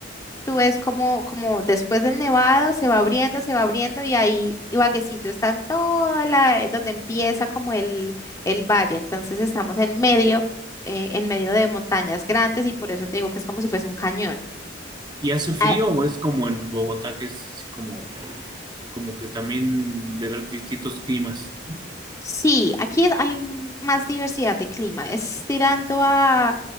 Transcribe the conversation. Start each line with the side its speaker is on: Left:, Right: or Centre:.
Left: Tú ves como, como después del nevado se va abriendo, se va abriendo y ahí Ibaguecito está en toda la, eh, donde empieza como el, el valle. Entonces estamos en medio, eh, en medio de montañas grandes y por eso te digo que es como si fuese un cañón.
Right: ¿Y hace frío
Left: Ah,
Right: o es como en Bogotá, que es así como, como que también de r- distintos climas?
Left: sí, aquí es- hay m- más diversidad de clima. Es tirando a